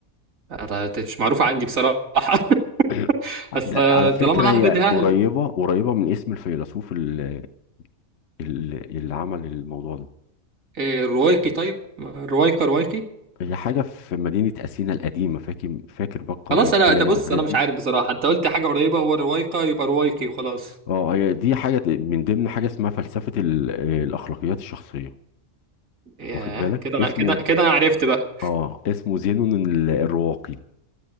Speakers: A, on the right; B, on the left.
A: آه، مش معروفة عندي بصراحة <laughs>
B: <coughs> <clears throat>
A: بس
B: ده
A: آه،
B: على
A: طالما
B: فكرة هي
A: ههبد ههبد
B: قريبة قريبة من اسم الفيلسوف اللي, اللي اللي عمل الموضوع ده
A: إيه الروايقي طيب؟ روايقة روايقي
B: هي حاجة في مدينة أثينا القديمة فاكر فاكر بقى القرن
A: خلاص
B: الثالث
A: انا ده بص
B: والحاجات
A: انا
B: دي
A: مش عارف بصراحة انت قلت حاجة قريبة هو روايقة يبقى روايقي وخلاص
B: اه هي دي حاجة من ضمن حاجة اسمها فلسفة ال- آه، الأخلاقيات الشخصية
A: ياه
B: واخد بالك
A: كده انا
B: اسمه
A: كده كده انا عرفت بقى
B: اه اسمه زينون ال- الرواقي